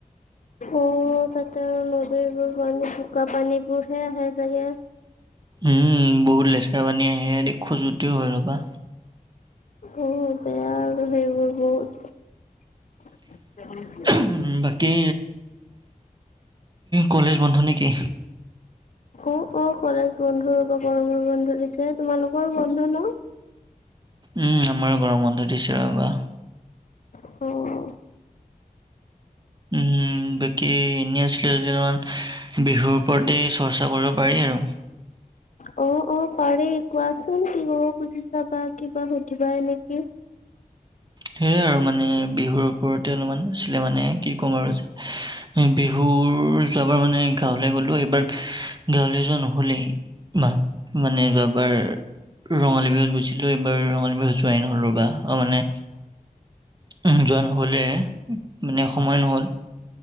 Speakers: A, on the left; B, on the right.
A: অ'। তাতে নদীৰবোৰ পানী বোকা পানীবোৰহে আহে চাগে।
B: উম' বহুত লেতেৰা পানী আহে, এ খোজোতিও হৈ ৰ'বা।
A: অ', বেয়া আৰু সেইবোৰ বহুত। <unintelligible>
B: উম' বাকী কলেজ বন্ধ নেকি?
A: অ অ কলেজ বন্ধ ৰবা, গৰমৰ বন্ধ দিছে। তোমালোকৰ বন্ধ ন?
B: উম' আমাৰো গৰম বন্ধ দিছে ৰ'বা।
A: অ'।
B: উম'। বাকী এনেই আছিলো <unintelligible> বিহুৰ ওপৰতে চৰ্চা কৰিব পাৰি আৰু।
A: অ', অ', পাৰি কোৱাচোন, কি ক'ব খুজিছা বা কিবা সুধিবা নেকি?
B: সেয়াই আৰু, মানে বিহুৰ ওপৰতে অলপমান আছিলে। মানে কি ক'ম আৰু যে? বিহুৰ যোৱাবাৰ মানে গাঁৱলে গলো, এইবাৰ গাঁৱলে যোৱা নহলেই। মাক, মানে যোৱাবাৰ ৰঙালী বিহুত গৈছিলোঁ। এইবাৰ ৰঙালী বিহুত যোৱাই নহল ৰ'বা, অ মানে উম যোৱা নহলে, মানে সময় নহল।